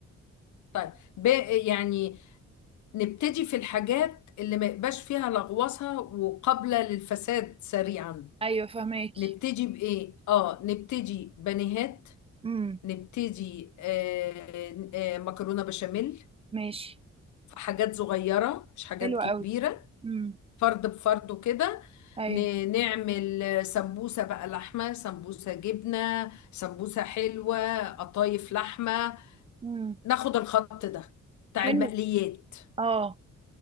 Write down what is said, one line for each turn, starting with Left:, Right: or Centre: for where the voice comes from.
Left: طيب ب... يعني نبتدي في الحاجات اللي ما يبقاش فيها لغوصة وقابلة للفساد سريعا
Right: ايوه فهماكي
Left: نبتدي بإيه؟ اه نبتدي بانيهات
Right: امم
Left: نبتدي آه آه مكرونة بشاميل
Right: ماشي
Left: حاجات صغيرة مش حاجات
Right: حلو
Left: كبيرة
Right: قوي امم
Left: فرد بفرد وكده
Right: ايوه
Left: ن- نعمل سمبوسة بقى لحمة سمبوسة جبنة سمبوسة حلوة قطايف لحمة
Right: امم
Left: ناخد الخط ده بتاع
Right: حلو
Left: المقليات
Right: اه